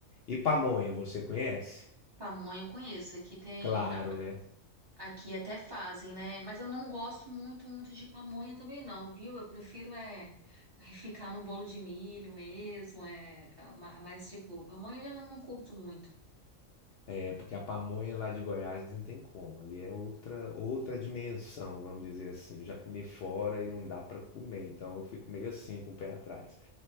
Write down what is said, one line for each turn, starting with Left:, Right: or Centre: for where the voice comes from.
Left: E pamonha, você conhece?
Right: Pamonha eu conheço. Aqui tem.
Left: Claro,
Right: a- a-
Left: né?
Right: Aqui até fazem, né? Mas eu não gosto muito, muito de pamonha também, não, viu? Eu prefiro é, é ficar no bolo de milho mesmo. É, é ma- é mais de boa. Pamonha eu já não, não curto muito.
Left: É porque a pamonha lá de Goiás não tem como, ali é outra outra dimensão, vamos dizer assim. Eu já comi fora e não dá para comer, então eu fico meio assim com o pé atrás.